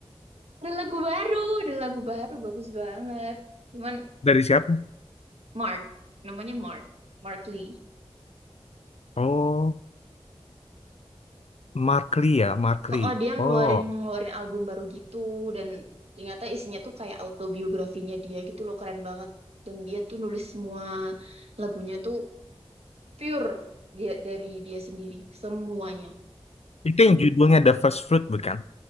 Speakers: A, on the right (about 75°); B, on the left (about 85°).
A: Ada lagu baru, ada lagu baru bagus banget. Cuman
B: dari siapa?
A: Mark, namanya Mark, Mark Lee.
B: Oh, Mark Lee ya, Mark Lee.
A: Oh, dia ngeluarin
B: Oh,
A: ngeluarin album baru gitu dan ternyata isinya tuh kayak autobiografinya dia gitu loh keren banget. Dan dia tuh nulis semua lagunya tuh pure dia dari dia sendiri semuanya.
B: itu yang judulnya The First Fruit bukan?